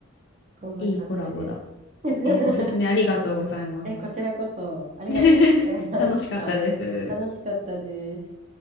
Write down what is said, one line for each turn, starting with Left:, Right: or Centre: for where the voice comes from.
Right: そんな感じで。
Left: いいコラボだ。
Right: <laughs>
Left: えーおすすめありがとうございます。
Right: え、こちらこそ、ありがとうございました。
Left: <laughs> 楽しかったです。
Right: 楽しかったです。